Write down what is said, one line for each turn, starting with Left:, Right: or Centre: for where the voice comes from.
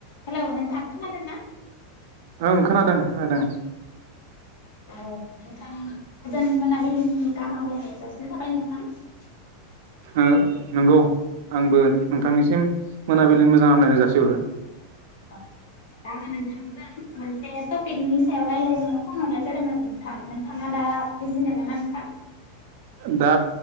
Left: Hello नोंथां खोनादोंना?
Right: ओं खोनादों खोनादों।
Left: औ औ नोंथां गोजोन मोनाबिलिनि गाहाम हामलायनाय जासिनाय थाबाय नोंथां। <inaudible>
Right: ओ नंगौ आंबो नोंथांनिसिम मोनाबिलिनि मोजां हामलायनाय जासिहरो।
Left: अ दा नोंथांजों उम मोनसे टपिकनि सायाव रायलायनो फन हरनाय जादोंमोन नोंथां नोंथाङा दा बिजि नोङाना नोंथां?
Right: दा